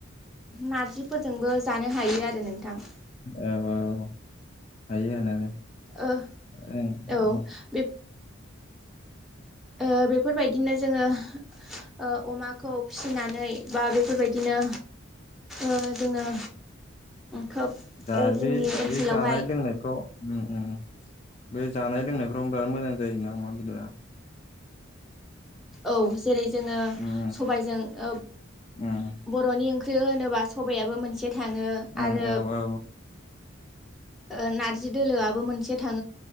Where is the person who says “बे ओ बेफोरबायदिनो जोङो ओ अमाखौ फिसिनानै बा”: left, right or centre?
Centre